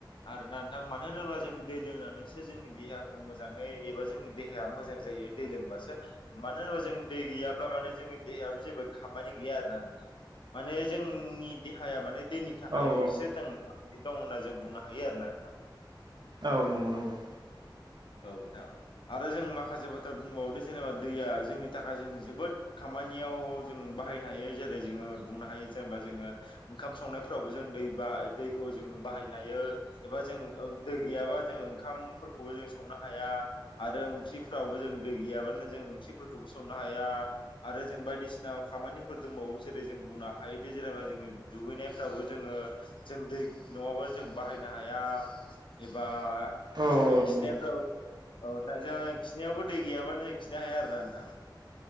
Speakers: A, on the left (about 75°); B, on the right (about 60°).
A: आरो ना थां मानो होनोब्ला जों दै लोंनानैसो जोंनि देहाखौ मोजाङै एबा जोंनि देहाया मोजां जायो दै लोंबा बासो मानो होनोबा जों दै गैयाब्ला माने जोंनि देहायाबो जेबो खामानि गैया आरोना नोंथां माने जोंनि देहाया माने दैनि थाखायसो
B: औ औ
A: जों थांनानै दं होनना जों बुंनो हायो आरोना नोंथां।
B: औ नंगौ नंगौ
A: औ नोंथां आरो जों माखासे बाथ्रा बुंबावदो जेनेबा दैया जोंनि थाखाय जों जोबोद खाम मानियाव जों बाहायनो हायो जेरै जोङो बुंनो हायो जेनेबा जोङो ओंखाम संनायफ्रावबो जों दै बा दैखौ जोङो बाहायनो हायो एबा जों ओ दै गैयाबा जों ओंखामफोरखौबो जों संनो हाया आरो ओंख्रिफोरावबो जों दै गैयाबानो जों ओंख्रिफोरखौबो संनो हाया आर रो जों बायदिसिना खामानिफोर दंबावो जेरै जों बुंनो हायोदि जेनेबा जोङो दुगैनायफ्रावबो जोङो जों दै नङाबा जों बाहायनो हाया एबा
B: औ
A: जोङो
B: औ नंगौ
A: खिनाय औ औ नोंथां जों खिनायावबो दै गैयाबानो जों खिनो हाया आरोना नोंथां।